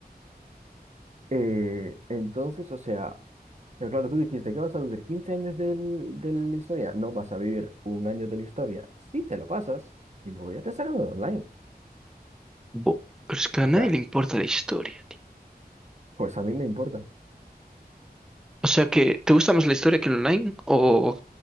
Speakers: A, on the right (about 45°); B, in the centre.
A: Eh, entonces, o sea, pero claro, tú dijiste que vas a vivir 15 años del, de la historia. No vas a vivir un año de la historia. Sí te lo pasas y luego ya te sacan online.
B: Bo- Pero es que a
A: O
B: nadie
A: sea,
B: le importa la historia, tío.
A: pues a mí me importa.
B: O sea que, ¿te gusta más la historia que el online? O,